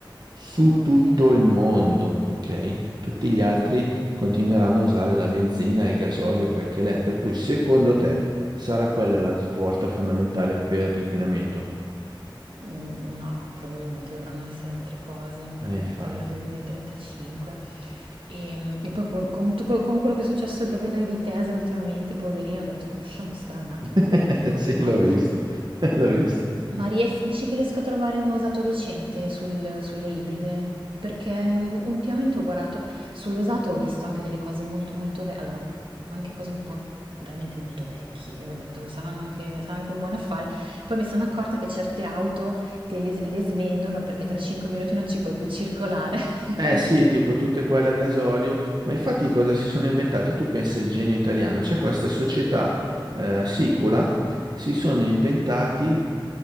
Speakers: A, on the right (about 55°); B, on the right (about 80°).
A: su
B: Ok,
A: tutto il mondo, ok? Tutti gli altri continueranno a usare la benzina, il gasolio, quel che l'è. Per cui, secondo te, sarà quella la svolta fondamentale per l'inquinamento?
B: Mm, no, probabilmente dovranno essere altre cose.
A: Eh, infatti.
B: Poi ora del 2035. E, e poi po- con, tu- con quello che è successo ai proprietari di Tesla ultimamente, poverino, ho detto, "Boh, lasciamo stare un attimo
A: <laughs>
B: l'elettrico
A: Sì,
B: che qua.
A: l'ho visto, <laughs> l'ho visto.
B: Ma ries- dici che riesco a trovare un usato decente sul- sulle ibride? Perché n- ultimamente ho guardato sull'usato, ho visto anche delle cose molto molto vecchie, allora anche cose un po' veramente molto vecchie, ho detto saranno anche, sarà anche un buon affare. Poi mi sono accorta che certe auto te le, le svendono perché tra 5 minuti non ci puoi più circolare. <laughs>
A: Eh sì,
B: Che-
A: tipo tutte quelle a gasolio, ma infatti cosa si sono inventati? Tu pensa il genio italiano, c'è questa società eh, Sicula, si sono inventati